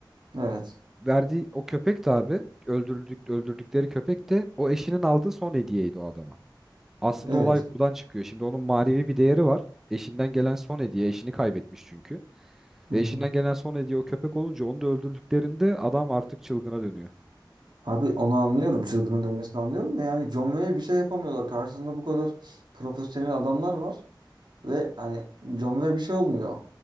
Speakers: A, on the right; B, in the centre.
A: Evet.
B: Verdiği o köpek de abi öldürüldük, öldürdükleri köpek de o eşinin aldığı son hediyeydi o adama. Aslında
A: Evet.
B: olay buradan çıkıyor. Şimdi onun manevi bir değeri var. Eşinden gelen son hediye. Eşini kaybetmiş çünkü.
A: Hı
B: Ve
A: hı.
B: eşinden gelen son hediye o köpek olunca onu da öldürdüklerinde adam artık çılgına dönüyor.
A: Abi onu anlıyorum. Çılgının dönmesini anlıyorum da yani John Wayne bir şey yapamıyorlar. Karşısında bu kadar profesyonel adamlar var ve hani John Wayne bir şey olmuyor.